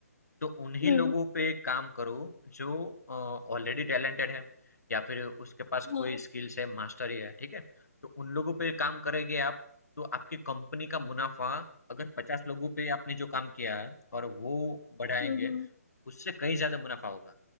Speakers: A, on the left (about 75°); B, on the left (about 55°).
A: तो उन्हीं
B: हम्म
A: लोगों पे काम करो जो अ, ऑलरेडी टैलेंटेड है या फिर उसके पास
B: हाँ
A: कोई स्किल्स है, मास्टरी है, ठीक है? तो उन लोगों पे काम करेंगे आप, तो आपकी कंपनी का मुनाफ़ा अगर 50 लोगों पे आपने जो काम किया है और वो बढ़ाएँगे,
B: हम्म हम्म,
A: उससे कहीं ज़्यादा मुनाफ़ा होगा।